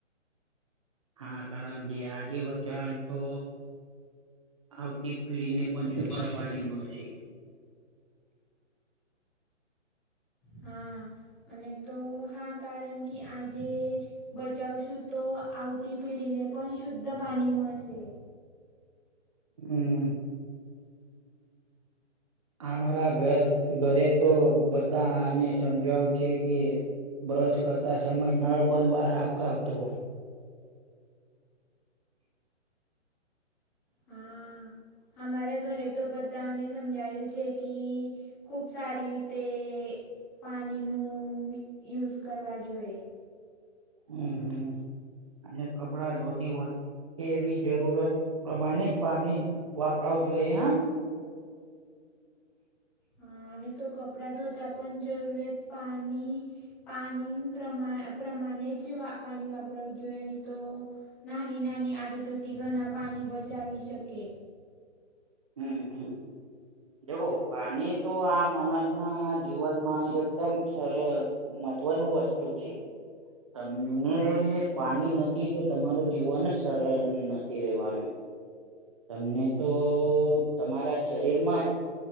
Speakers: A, on the right (about 25°); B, in the centre.
A: હા કારણ જે આજે બચ્ચા તો આવતી પીઢી ને પણ શુદ્ધ
B: હા
A: પાણી મળશે.
B: હા, અને તો હા કારણ કે આજે બચાવશું તો આવતી પેઢીને પણ શુદ્ધ પાણી મળશે.
A: હમ. અમારા ઘર ઘરે તો બધા આને સમજાવું છે કે બ્રશ કરતા સમય નળ બંધવા રાગ આવતો.
B: હા, અમારા ઘરે તો બધાને સમજાયું છે કે ખૂબ સારી રીતે પાણીનું યુઝ કરવા જોઈએ.
A: હમ હમ, અને કપડા ધોતી વધ કે એવી જરૂરત પ્રમાણે જ પાણી વાપરાવ જોઈએ હ.
B: હા અને તો કપડા ધોતા પણ જરૂરત પાણી પાણી પ્રમા પ્રમાણે જ પાણી વાપરાવું જોઈએ અને તો નાની નાની આદતોથી ઘણા પાણી બચાવી શકે.
A: હમ હમ. દ પાણી તો આ માણસ ના જીવનમાં એકદમ સર મહત્વનું વસ્તુ છે. તમને પાણી નથી તો તમારું જીવન સરળ નથી રહેવાનું. તમને તો તમારા શરીર માં જ